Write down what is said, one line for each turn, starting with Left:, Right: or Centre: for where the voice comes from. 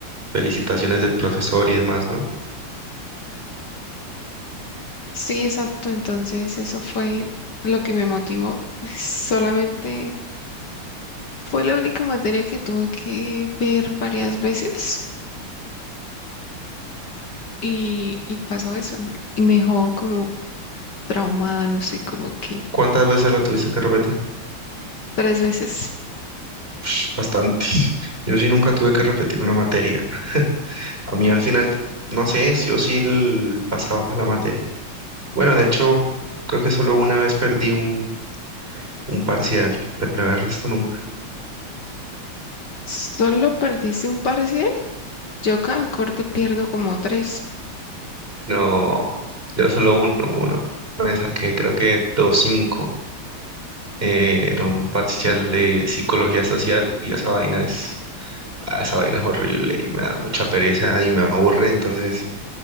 Right: felicitaciones del profesor y demás, ¿no?
Left: Sí, exacto. Entonces eso fue lo que me motivó. <laughs> Solamente fue la única materia que tuve que ver varias veces y, y pasó eso. Y me dejó como traumada, no sé, como que
Right: ¿Cuántas veces la tuviste que repetir?
Left: tres veces.
Right: Ush, bastantes. Yo sí nunca tuve que repetir una materia. A mí al final, no sé, sí o sí l- pasaba la materia. Bueno, de hecho, creo que solo una vez perdí un un parcial, pero el resto no.
Left: Solo perdiste un parcial. Yo cada corte pierdo como tres.
Right: No, yo solo uno, uno. Me saqué creo que dos cinco. Eh, era un parcial de psicología social y esa vaina es, ah, esa vaina es horrible y me da mucha pereza y me aburre, entonces